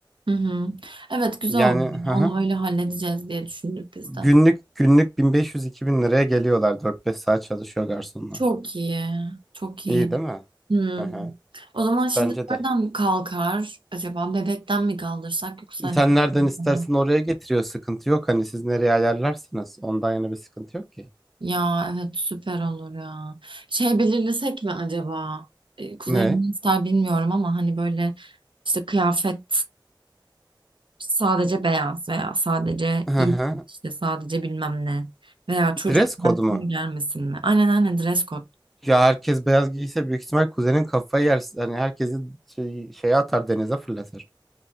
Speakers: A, on the right (about 75°); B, in the centre.
A: Hı hı. Evet güzel
B: Yani
A: olur.
B: hı hı.
A: Onu öyle halledeceğiz diye düşündük biz
B: günlük
A: de.
B: günlük 1500-2000 liraya geliyorlar. dört beş saat çalışıyor garsonlar.
A: Çok iyi. Çok
B: İyi
A: iyi.
B: değil mi?
A: Hı.
B: Hı hı.
A: O zaman şimdi
B: Bence de.
A: nereden kalkar acaba? Bebekten mi kaldırsak yoksa hani
B: Sen
A: kadın
B: nereden istersen
A: falan.
B: oraya getiriyor. Sıkıntı yok. Hani siz nereye ayarlarsınız? Ondan yana bir sıkıntı yok ki.
A: Ya evet süper olur ya. Şey belirlesek mi acaba? E, Kuzenim
B: Ne?
A: ne ister bilmiyorum ama hani böyle işte kıyafet Sadece beyaz veya sadece
B: Hı
A: iyi
B: hı.
A: işte sadece bilmem ne veya çocuk
B: Dress kodu
A: gelsin
B: mu?
A: mi gelmesin mi? Aynen aynen dress code.
B: Ya herkes beyaz giyse büyük ihtimal kuzenin kafayı yer. Yani herkesi şey, şeye atar denize fırlatır.